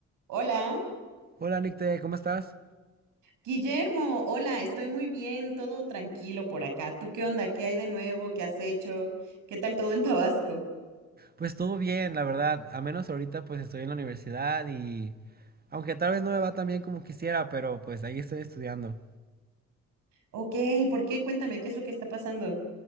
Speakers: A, on the right; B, on the right.
A: Hola,
B: Hola Nicte, ¿cómo estás?
A: Guillermo, hola, estoy muy bien, todo tranquilo por acá. ¿Tú qué onda? ¿Qué hay de nuevo? ¿Qué has hecho? ¿Qué tal todo en Tabasco?
B: Pues todo bien, la verdad. A menos ahorita pues estoy en la universidad y aunque tal vez no me va tan bien como quisiera, pero pues ahí estoy estudiando.
A: Ok, ¿por qué? Cuéntame, ¿qué es lo que está pasando?